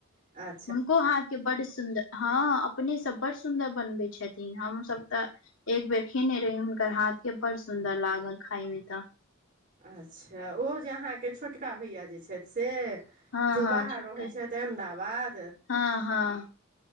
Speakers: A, on the right; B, on the left.
A: आ
B: हुनको हाथके बड्ड सुन्दर हँ अपनेसभ बडड़ड सुन्दर बनबैत छथिन हमसभ तऽ एक बेर खेने रही हुनकर हाथ के बड़ सुन्दर लागल खाय मे तऽ
A: अच्छा ओ जे अहाँके छोटका भैया जे छथि से
B: हँ
A: जो
B: हँ
A: बाहर
B: छोटका
A: रहै छैथ अहमदाबाद
B: हँ हँ